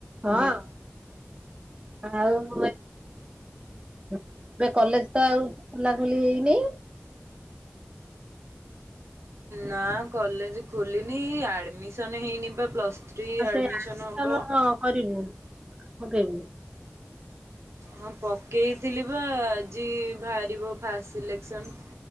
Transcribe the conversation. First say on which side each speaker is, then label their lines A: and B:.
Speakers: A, on the right (about 20°); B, on the right (about 80°).
A: ହଁ ଆଉ ଏ ଏବେ କଲେଜ ତ ଆଉ ଖୋଲା ଖୋଲି ହେଇନି।
B: ନା କଲେଜ ଖୋଲିନି ଆଇ ଆଡ଼ମିସନ୍ ହେଇନି ବା ପ୍ଲସ୍ ଥ୍ରୀ
A: ଆଉ ସେ
B: ଆଡ଼ମିସନ୍
A: ଅକ୍ଟର
B: ହବ।
A: କରିବୁ ପକେଇବୁ
B: ହଁ ପକେଇଥିଲି ବା ଆଜି ବାହାରିବ ଫାଷ୍ଟ ସିଲେକ୍ସନ।